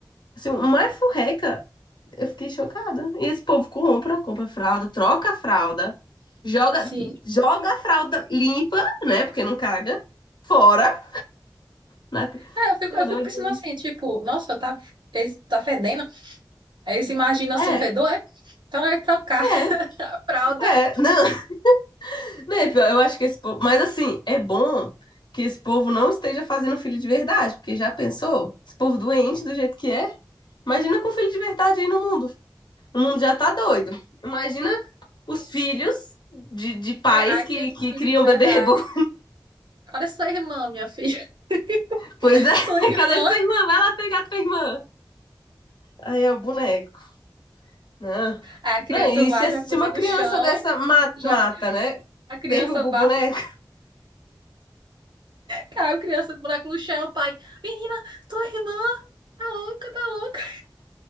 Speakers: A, on the left; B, on the right.
A: Assim, uma furreca, eu fiquei chocada. E esse povo compra, compra fralda, troca a fralda, joga,
B: Sim.
A: joga a fralda limpa, né? Porque não caga, fora. na-
B: É, eu fico,
A: Tá
B: eu
A: doido?
B: fico pensando assim, tipo, nossa, tá, eles- tá fedendo. Aí eles imaginam assim,
A: É,
B: o fedor, é? Então vai trocar
A: é,
B: <laughs> a fralda.
A: é. Não, <laughs> né, pior, eu acho que esse povo. Mas assim, é bom que esse povo não esteja fazendo filho de verdade, porque já pensou? Esse povo doente do jeito que é. Imagina com filho de verdade aí no mundo. O mundo já tá doido. Imagina os filhos de, de pais
B: É, aí
A: que,
B: tem um
A: que
B: filho
A: criam
B: de verdade.
A: bebê reborn.
B: Olha sua irmã, minha filha.
A: <laughs>
B: <laughs>
A: Pois é,
B: Sua irmã.
A: cadê sua irmã? Vai lá pegar tua irmã. Aí é o boneco. Não.
B: Aí a criança
A: Não, e
B: vai,
A: se,
B: joga
A: se
B: o bebê
A: uma
B: no
A: criança
B: chão.
A: dessa ma-
B: joga
A: mata, né?
B: a criança,
A: Derruba
B: bate,
A: o boneco.
B: cai a criança, buraco no chão, o pai, menina, tua irmã, tá louca, tá louca.